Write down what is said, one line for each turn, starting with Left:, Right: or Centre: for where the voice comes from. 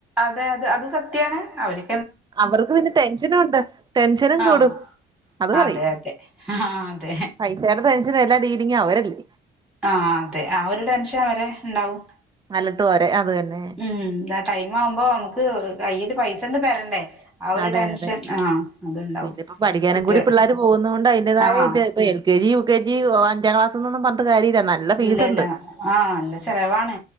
Centre: അതെ അതെ അത് സത്യാണ് അവര്
Right: അവർക്ക് പിന്നെ ടെൻഷനുംണ്ട് ടെൻഷനും
Centre: ആഹ്
Right: കൂടും അത്
Centre: അതെ
Right: പറയും
Centre: അതെ ആഹ് അതെ
Right: പൈസയുടെ ടെൻഷന് എല്ലാ ഡീലിങ്ങും അവരല്ലേ
Centre: ആഹ് അതെ ആ ഒരുടെൻഷൻ അവരെണ്ടാവും
Right: അലട്ടും അവരെ അത് തന്നെ
Centre: ഉം ഇതാ ടൈം ആവുമ്പോ നമുക്ക് ക്ക് കയ്യില് പൈസണ്ട് തരണ്ടേ ആ ഒരു
Right: അതെ
Centre: ടെൻഷൻ
Right: അതെ
Centre: ആഹ് അതുണ്ടാവും
Right: പിന്നെപ്പോ പഠിക്കാനും
Centre: കുട്ടികൾ
Right: കൂടി പിള്ളേര് പോകുന്നോണ്ട് അയിന്റെതായ
Centre: ആഹ്
Right: വിത്യ ഇപ്പ L K G U K G അഞ്ചാക്ലാസ്സ്‌ന്നൊന്നും പറഞ്ഞിട്ട് കാര്യല്ലാ നല്ല ഫീസുണ്ട്
Centre: ഇല്ല ഇല്ല ആ നല്ല ചെലവാണ്